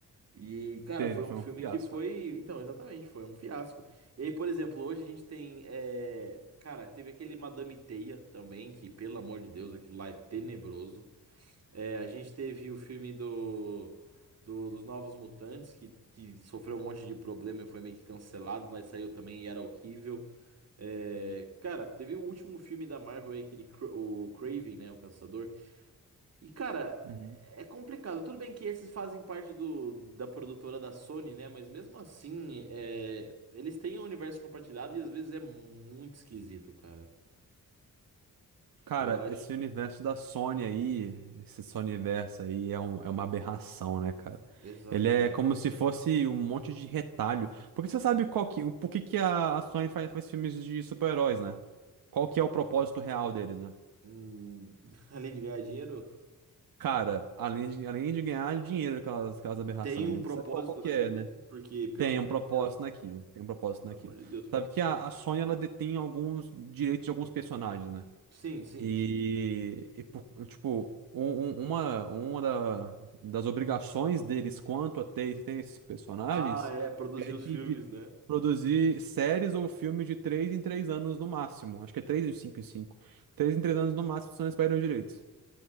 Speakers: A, on the right; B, on the right.
A: E, cara,
B: Teve,
A: foi um
B: foi
A: filme
B: um fiasco.
A: que foi. Então, exatamente, foi um fiasco. E aí, por exemplo, hoje a gente tem. é, Cara, teve aquele Madame Teia também, que, pelo amor de Deus, aquilo lá é tenebroso. É, a gente teve o filme do... do- dos Novos Mutantes, que... que sofreu um monte de problema e foi meio que cancelado, mas saiu também e era horrível. É, Cara, teve o último filme da Marvel aí, aquele Cra- o Craven, né? O Caçador. E, cara,
B: Uhum.
A: é complicado. Tudo bem que esses fazem parte do, da produtora da Sony, né? Mas mesmo assim, é, eles têm um universo compartilhado e às vezes é muito esquisito, cara.
B: Cara,
A: Eu acho.
B: esse universo da Sony aí, esse Sony universo aí é, um- é uma aberração, né, cara?
A: Exatamente.
B: Ele é como se fosse um monte de retalho. Porque você sabe qual que, o- por que que a a Sony faz, faz filmes de super-heróis, né? Qual que é o propósito real deles, né?
A: Hum, <laughs> além de ganhar dinheiro,
B: Cara, além de, além de ganhar dinheiro com aquelas, aquelas aberrações,
A: tem um propósito
B: né? Sabe qual, qual que
A: naquilo,
B: é, né?
A: porque, pelo
B: Tem
A: amor
B: um propósito
A: de Deus,
B: naquilo, tem um propósito
A: pelo
B: naquilo.
A: amor de Deus.
B: Sabe que a, a Sony, ela detém alguns direitos de alguns personagens, né?
A: Sim, sim,
B: E,
A: sim.
B: e, pô, tipo, um- um- uma, uma da- das obrigações deles quanto a ter, ter esses personagens
A: Ah, é, produzir
B: é
A: os
B: que
A: filmes,
B: de
A: né?
B: produzir séries ou filmes de três em três anos no máximo. Acho que é três em cinco em cinco. três em três anos no máximo, senão eles perdem os direitos.